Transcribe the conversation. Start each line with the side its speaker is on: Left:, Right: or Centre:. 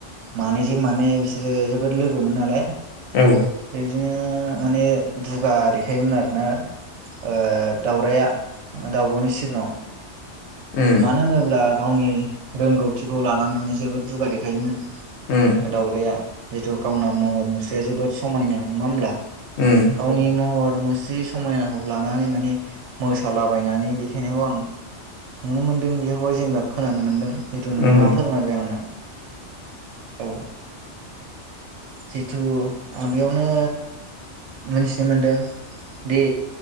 Right: मानैजों मानै बि बिसोरो जोबोद लोग मोन नालाय।
Left: औ।
Right: बेदिनो माने दुगा देखायोमोन आरोना। ओ दाउरायया दाउब'नि सिगाङाव
Left: उम
Right: मानो होनोब्ला गावनि रोंगौथिखौ लानानै माने जोबोद दुगा देखायोमोन।
Left: उम
Right: दाउरायया जिथु गावना महर मुस्रिया जोबोद समायना नङा होमब्ला?
Left: उम
Right: गावनि महर मुस्रि समायनाखौ लानानै माने मोसालाबायनानै देखायनायखौ आं नुनो मोनदों बेयावहाय जेनेबा खोनानो मोनदों जिथु
Left: उम
Right: नोंथाङा फोरमायबाय आंनो। औ। जिथु आं बेयावनो मिथिनो मोनदों दि